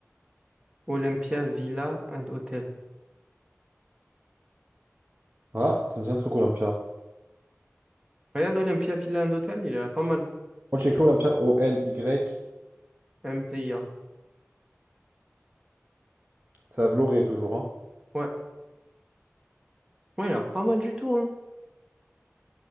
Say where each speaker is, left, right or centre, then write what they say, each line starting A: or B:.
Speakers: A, on the right; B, on the right.
A: Olympia Villa and Hotel.
B: Ah, ça me dit un truc Olympia.
A: Regarde Olympia Villa and Hotel, il a l'air pas mal.
B: Moi, j'ai écrit Olympia, O-L-Y.
A: MPIA.
B: Ça, vous toujours, hein.
A: Ouais. Ouais, il a l'air pas mal du tout, hein.